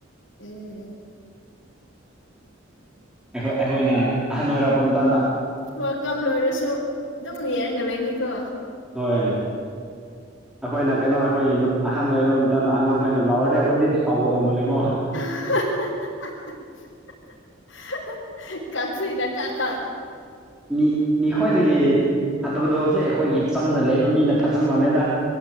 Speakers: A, on the left; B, in the centre.
A: ꯎꯝ
B: ꯑꯩꯈꯣꯏ ꯑꯩꯈꯣꯏꯅ ꯑꯍꯟ ꯑꯣꯏꯔꯛꯄ ꯃꯇꯝꯗ
A: ꯋꯥꯜꯀꯞ ꯂꯣꯏꯔꯁꯨ ꯑꯗꯨꯝ ꯌꯦꯉꯒ ꯂꯩꯅꯤꯀꯣ
B: ꯍꯣꯏ
A: <unintelligible> <inaudible>
B: ꯑꯩꯈꯣꯏꯅ ꯀꯩꯅꯣ ꯑꯩꯈꯣꯏꯒꯤ ꯑꯍꯟ ꯑꯣꯏꯔꯕ ꯃꯇꯝꯗ ꯑꯉꯥꯡ ꯑꯩꯈꯣꯏꯅ ꯂꯥꯎꯔꯗꯤ ꯑꯩꯈꯣꯏꯗꯤ ꯁꯥꯎꯒꯗꯧ ꯃꯜꯂꯦꯀꯣ
A: ꯑꯍꯥ ꯍꯥ ꯍꯥ ꯍꯥꯍꯥ ꯀꯥꯛꯁꯤꯅ ꯀꯥꯛ ꯀꯥꯛ
B: ꯃꯤ ꯃꯤꯈꯣꯏꯗꯒꯤ ꯐꯠꯇꯕꯗꯣ ꯍꯧꯖꯤꯛ ꯑꯩꯈꯣꯏꯒꯤ ꯆꯪꯗ ꯂꯩꯕ ꯃꯤꯅ ꯊꯠꯆꯟ ꯃꯜꯂꯦꯗ